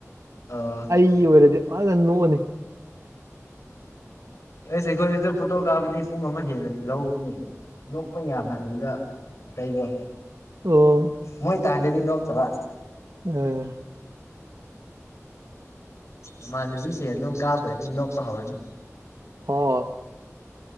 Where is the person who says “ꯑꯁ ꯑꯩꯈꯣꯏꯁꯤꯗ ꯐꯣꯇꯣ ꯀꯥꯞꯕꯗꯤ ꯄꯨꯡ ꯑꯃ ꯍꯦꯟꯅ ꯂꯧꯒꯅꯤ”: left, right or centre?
Left